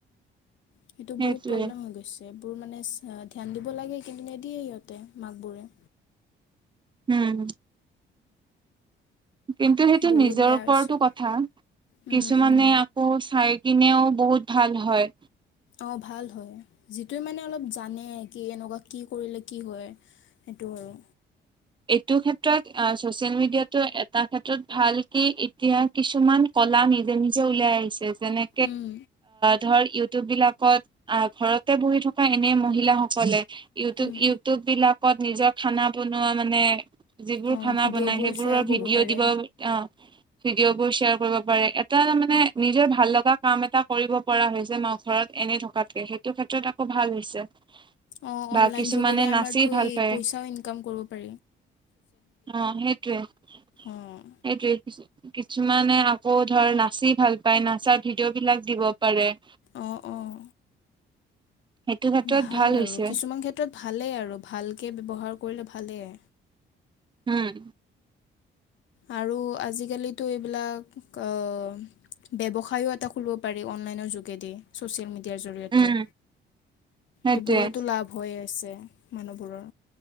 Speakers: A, on the left (about 70°); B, on the right (about 25°).
A: সেইটো
B: সেইটোৱে
A: বহুত প্ৰব্লেম হৈ গৈছে সবোৰ মানে ধ্যান দিব লাগে কিন্তু নিদিয়ে সিহঁতে মাক বোৰে
B: উম কিন্তু সেইটো
A: বহুত
B: নিজৰ
A: বেয়া
B: ওপৰতো
A: হৈছে
B: কথা
A: উম,
B: কিছুমানে
A: উম,
B: আকৌ চাই কিনেও বহুত ভাল হয়
A: অ ভাল হয় যিটোে মানে অলপ জানে কি এনেকুৱা কি কৰিলে কি হয় সেইটো আৰু
B: এইটো ক্ষেত্ৰত ছচিয়েল মিডিয়াতটো এটা ক্ষেত্ৰত ভাল কি এতিয়া কিছুমান নি উ যেনে
A: উম,
B: ধৰ ইউটিউব বিলাকত আ ঘৰতে বহি থকা এনে মহিলাাসকলে ইউটিব
A: উম,
B: ইউটিউব বিলাকত নিজৰ খানা বনোৱা মানে যিবোৰ
A: অঁ
B: খানা
A: ভিডিঅ'বোৰ
B: বনাই সেইবোৰৰ
A: শ্বেয়াৰ কৰিব
B: ভিডিঅ'
A: পাৰে
B: দিব অ ভিডিঅ' বোৰ শ্বেয়াৰ কৰিব পাৰে এটা মানে নিজৰ ভাল লগা কাম এটা কৰিব পৰা হৈছে মা ঘৰত এনেই থকাতকে সেইটো ক্ষেত্ৰত আকৌ ভাল হৈছে
A: অ
B: বা
A: অনলন
B: কিছুমানে
A: যেৰে আমাৰ
B: নাচি
A: পইচা
B: ভাল পায়
A: ইনক কৰিব পাৰ
B: অ সেইটোৱে সেইটোৱে
A: অঁ
B: কিছুমানে আকৌ ধৰ নাচি ভাল পায় নাচাৰ ভিডিঅ' বিলাক দিব পাৰে
A: অঁ অঁ
B: সেইটো ক্ষেত্ৰত
A: ভাল
B: হৈছে
A: আৰু কিছুমান ক্ষেত্ৰত ভালেই আৰু ভালকে ব্যৱহাৰ কৰিলে ভালেই
B: উম
A: আৰু আজিকালিতো এইবিলাক ব্যৱসায়ো এটা কৰিব পাৰি অনলাইনৰ যোগেদি ছ'চিয়েল মড য়াৰ জৰিয়তে
B: উম সেইটোৱে
A: সেইবোৰতো লাভ হৈ আছে মানুহবোৰৰ